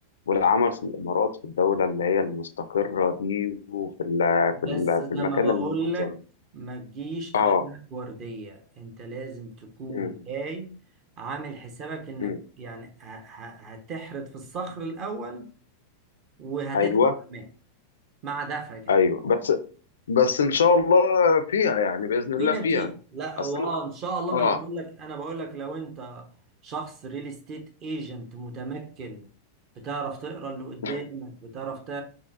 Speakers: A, on the left; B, on the right.
A: والعمل في الإمارات في الدولة اللي هي المستقرة دي وفي ال
B: بس
A: في ال
B: زي
A: في المكان
B: ما بقول
A: المنظم
B: لك ما تجيش
A: اه
B: أحمالك وردية أنت لازم تكون
A: م-
B: جاي عامل حسابك إنك
A: م.
B: يعني ه... ه... هتحرد في الصخر الأول وهتدفع
A: ايوه
B: كمان مع دفع كمان
A: ايوه بس بس ان شاء الله فيها يعني باذن الله
B: في نتيجة
A: فيها
B: لا هو
A: اصل
B: اه
A: انا
B: ان شاء الله ما انا
A: اه
B: بقول لك انا بقول لك لو انت شخص ريل استيت ايجنت متمكن بتعرف تقرا اللي قدامك
A: إمم.
B: بتعرف ت...